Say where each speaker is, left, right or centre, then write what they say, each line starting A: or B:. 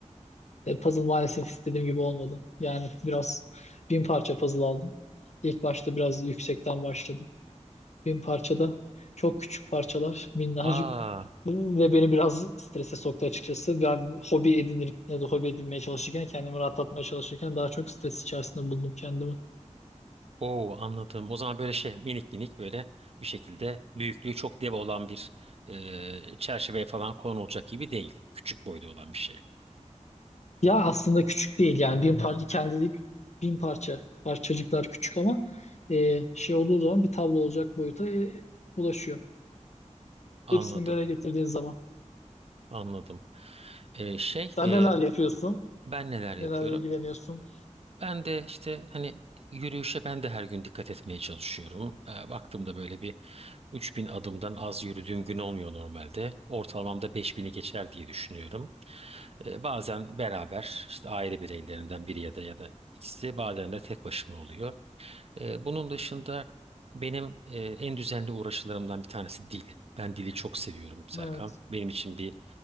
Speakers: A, on the left (about 60°); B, on the right (about 55°).
A: E, puzzle maalesef istediğim gibi olmadı. Yani biraz bin parça puzzle aldım. İlk başta biraz yüksekten başladım. Bin parçada çok küçük parçalar, minnacık.
B: Aa,
A: Ve beni biraz strese soktu açıkçası. Ben hobi edinir ya da hobi edinmeye çalışırken, kendimi rahatlatmaya çalışırken daha çok stres içerisinde buldum kendimi.
B: Oo anladım. O zaman böyle şey minik minik böyle bir şekilde büyüklüğü çok dev olan bir e, çerçeveye falan konulacak gibi değil. Küçük boyda olan bir şey.
A: Ya aslında küçük değil yani bin parça kendilik bin parça parçacıklar küçük ama e, şey olduğu zaman bir tablo olacak boyuta e, ulaşıyor.
B: Anladım.
A: Hepsini bir araya getirdiğin zaman.
B: Anladım. E, şey
A: Sen
B: e,
A: neler yapıyorsun?
B: ben neler yapıyorum?
A: Nelerle ilgileniyorsun?
B: Ben de işte hani yürüyüşe ben de her gün dikkat etmeye çalışıyorum. E, baktığımda böyle bir 3000 adımdan az yürüdüğüm gün olmuyor normalde. Ortalamamda 5000'i geçer diye düşünüyorum. E, bazen beraber işte aile bireylerinden biri ya da ya da ikisi bazen de tek başıma oluyor. E, bunun dışında benim e, en düzenli uğraşılarımdan bir tanesi dil. Ben dili çok seviyorum Serkan.
A: Evet,
B: Benim için bir